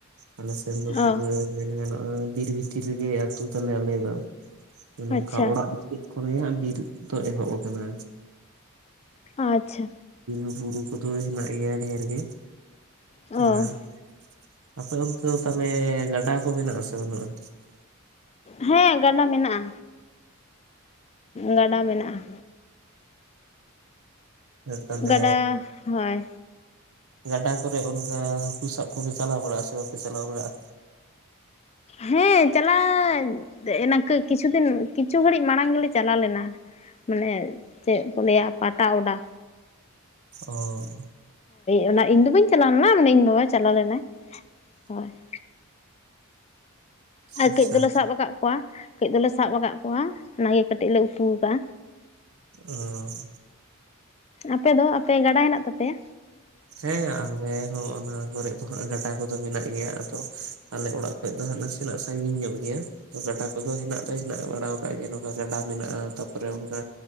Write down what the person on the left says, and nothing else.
ᱚ
ᱟᱪᱪᱷᱟ
ᱟᱪᱪᱷᱟ
ᱚ
ᱦᱮᱸ ᱜᱟᱰᱟ ᱢᱮᱱᱟᱜᱼᱟ ᱜᱟᱰᱟ ᱢᱮᱱᱟᱜᱼᱟ
ᱜᱟᱰᱟ ᱦᱳᱭ
ᱦᱮᱸ ᱪᱟᱞᱟᱜ ᱮᱱᱟᱠ ᱠᱤᱪᱷᱩ ᱫᱤᱱ ᱠᱤᱪᱷᱩ ᱜᱷᱟᱹᱲᱤᱡ ᱢᱟᱲᱟᱝ ᱜᱮᱞᱮ ᱪᱟᱞᱟᱣ ᱞᱮᱱᱟ ᱢᱟᱱᱮ ᱪᱮᱫ ᱠᱚ ᱞᱟᱹᱭᱟ ᱯᱟᱴᱟ ᱚᱰᱟ
ᱚᱱᱟ ᱤᱧ ᱫᱚ ᱵᱟᱹᱧ ᱪᱟᱞᱟᱣ ᱞᱮᱱᱟ ᱢᱟᱱ ᱤᱧ ᱵᱟᱵᱟᱭ ᱪᱟᱞᱟᱣ ᱞᱮᱱᱟᱭ ᱦᱳᱭ <inaudible> ᱟᱨ
ᱠᱟᱹᱡ ᱫᱚᱞᱮ ᱥᱟᱵ ᱟᱠᱟᱫ ᱠᱚᱣᱟ ᱠᱟᱹᱡ ᱫᱚᱞᱮ ᱥᱟᱵ ᱟᱠᱟᱫ ᱠᱚᱣᱟ ᱚᱱᱟᱜᱮ ᱠᱟᱹᱴᱤᱡ ᱞᱮ ᱩᱛᱩ ᱟᱠᱟᱜᱼᱟ
ᱟᱯᱮ ᱫᱚ ᱟᱯᱮ ᱜᱟᱰᱟ ᱦᱮᱱᱟᱜ ᱛᱟᱯᱮᱭᱟ